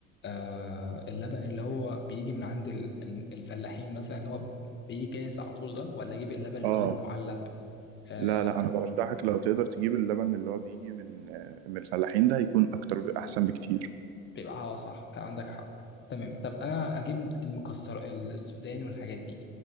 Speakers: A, on the left; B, on the right.
A: آه اللبن اللي هو بيجي من عند ال- الفلاحين مثلا اللي هو بيجي جاهز على طول ده ولا اجيب اللبن اللي
B: اه
A: هو المعلب آه
B: لا لا انا برشحك لو تقدر تجيب اللبن اللي هو بيجي من آه، من الفلاحين ده هيكون اكتر احسن بكتير
A: بيبقى اه صح كان عندك حق تمام طب انا اجيب المكسر السوداني والحاجات دي